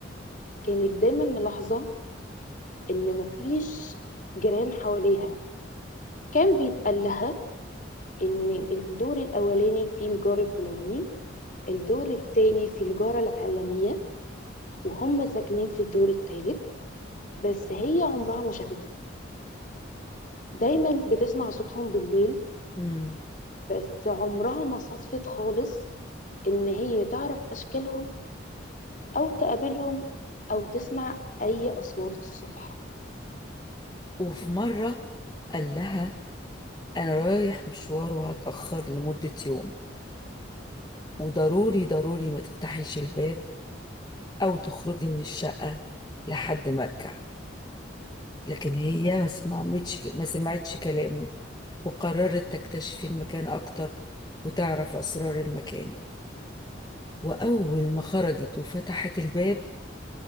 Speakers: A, on the left; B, on the left.
A: كانت دايما ملاحظه ان مفيش جيران حواليها كان بيتقال لها ان الدور الاولاني فيه الجار الفلاني الدور التاني فيه الجاره العلانيه وهم ساكنين في الدور التالت بس هي عمرها ما شافتهم دايما بتسمع صوتهم بالليل
B: امم
A: بس عمرها ما صدفت خالص ان هي تعرف اشكالهم او تقابلهم او تسمع اي اصوات الصبح
B: وفي مرة قال لها انا رايح مشوار وهتأخر لمدة يوم وضروري ضروري ما تفتحيش الباب او تخرجي من الشقة لحد ما ارجع لكن هي ما سمعتش ما سمعتش كلامه وقررت تكتشف المكان أكتر وتعرف أسرار المكان وأول ما خرجت وفتحت الباب